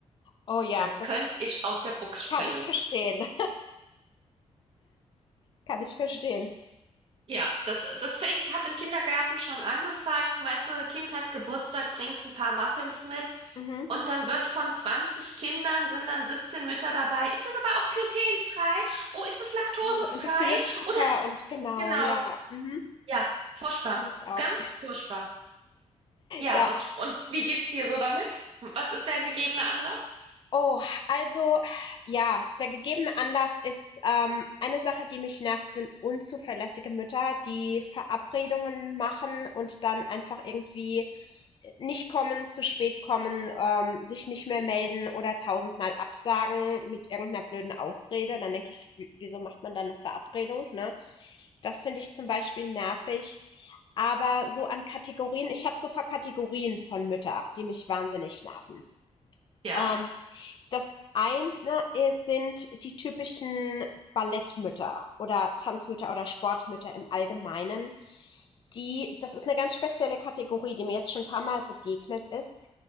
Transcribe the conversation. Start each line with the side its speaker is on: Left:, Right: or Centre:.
Left: Oh ja,
Right: Da könnte
Left: das
Right: ich aus der Box springen.
Left: kann ich verstehen. <laughs> Kann ich verstehen.
Right: Ja, das, das fängt, hat im Kindergarten schon angefangen. Weißt du, Kind hat Geburtstag, bringst ein paar Muffins mit.
Left: Mhm.
Right: Und dann wird von 20 Kindern sind dann 17 Mütter dabei. Ist das aber auch glutenfrei? Oh, ist das laktosefrei?
Left: Oh, und der viele Zucker
Right: Oder
Left: und genau,
Right: genau,
Left: ja. Mhm.
Right: ja, furchtbar.
Left: Kenne ich auch.
Right: Ganz furchtbar. Ja,
Left: Ja.
Right: und, und wie geht's dir so damit? Was ist der gegebene Anlass?
Left: Oh, also ja, der gegebene Anlass ist ähm, eine Sache, die mich nervt, sind unzuverlässige Mütter, die Verabredungen machen und dann einfach irgendwie nicht kommen, zu spät kommen, ähm, sich nicht mehr melden oder tausendmal absagen mit irgendeiner blöden Ausrede. Dann denke ich, wieso macht man dann eine Verabredung? Ne? Das finde ich zum Beispiel nervig. Aber so an Kategorien, ich habe so ein paar Kategorien von Müttern die mich wahnsinnig nerven.
Right: Ja.
Left: Ähm, das eine ist sind die typischen Ballettmütter oder Tanzmütter oder Sportmütter im Allgemeinen. Die, das ist eine ganz spezielle Kategorie, die mir jetzt schon ein paar Mal begegnet ist,